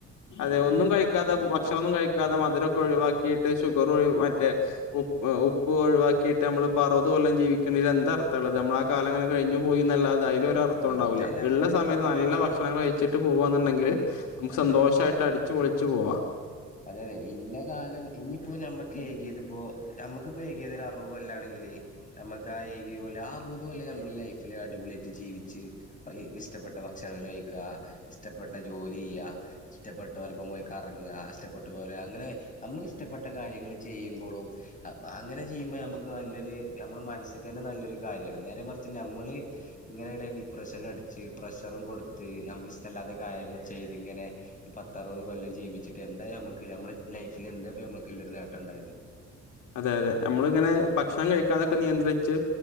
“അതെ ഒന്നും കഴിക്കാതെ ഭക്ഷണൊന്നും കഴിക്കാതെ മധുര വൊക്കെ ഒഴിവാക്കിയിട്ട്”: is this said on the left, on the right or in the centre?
Left